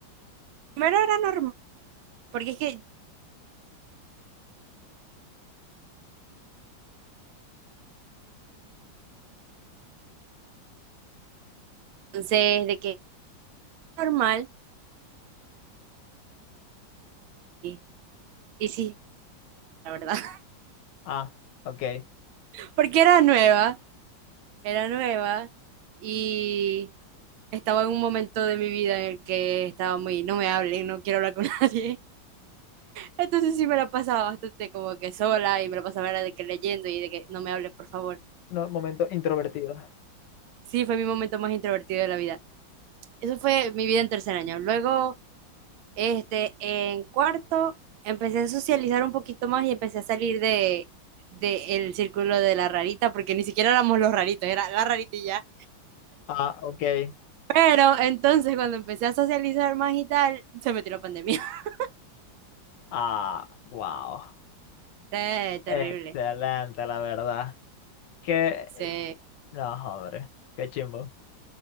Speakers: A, on the right; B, on the left.
A: Primero era normal, porque es que entonces de que normal, y, y sí, la verdad, <laughs>
B: Ah, ok.
A: porque era nueva, era nueva y estaba en un momento de mi vida en el que estaba muy, no me hablen, no quiero hablar con <laughs> nadie. Entonces sí me la pasaba bastante como que sola y me la pasaba era de que leyendo y de que no me hablen, por favor.
B: No, momento introvertido.
A: Sí, fue mi momento más introvertido de la vida. Eso fue mi vida en tercer año. Luego, este, en cuarto, empecé a socializar un poquito más y empecé a salir de, de el círculo de la rarita, porque ni siquiera éramos los raritos, era la rarita y ya.
B: Ah, ok.
A: Pero entonces cuando empecé a socializar más y tal, se metió la pandemia. <laughs>
B: Ah, wow.
A: Sí, terrible.
B: Excelente, la verdad. Que,
A: Sí.
B: no, hombre, qué chimbo.